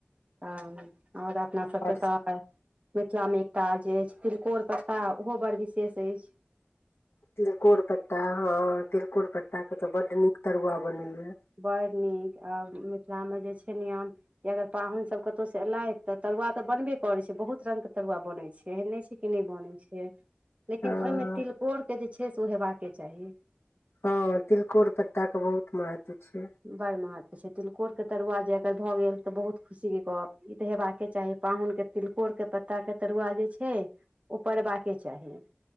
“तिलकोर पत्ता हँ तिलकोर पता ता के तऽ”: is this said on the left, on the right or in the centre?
Left